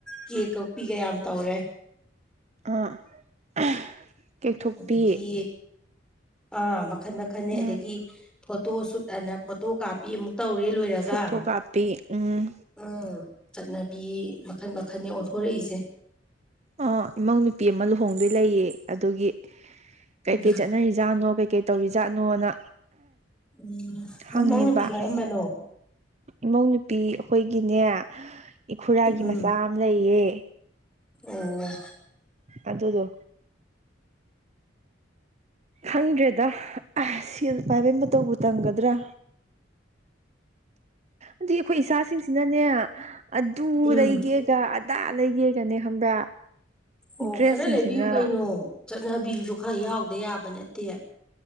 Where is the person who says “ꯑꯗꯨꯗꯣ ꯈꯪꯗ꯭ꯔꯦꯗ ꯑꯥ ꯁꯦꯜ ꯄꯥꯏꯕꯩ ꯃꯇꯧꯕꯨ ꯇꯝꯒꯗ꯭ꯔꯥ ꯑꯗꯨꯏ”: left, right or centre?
Right